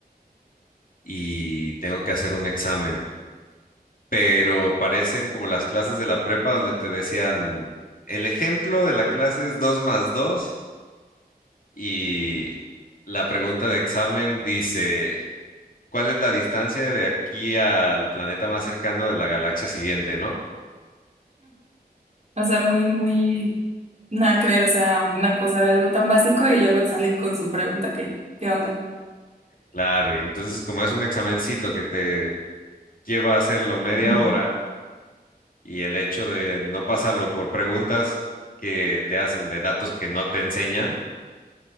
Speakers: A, on the left; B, on the right.
A: y tengo que hacer un examen. pero parecen como las clases de la prepa donde te decían, el ejemplo de la clase es 2 más 2 y la pregunta de examen dice, ¿cuál es la distancia de aquí al planeta más cercano de la galaxia siguiente, no?
B: O sea, muy, muy, nada que ver, o sea, una cosa, algo tan básico y luego salen con su pregunta que, ¿qué onda?
A: Claro, y entonces como es un examencito que te lleva a hacerlo media
B: <clears throat>
A: hora y el hecho de no pasarlo por preguntas que te hacen de datos que no te enseñan,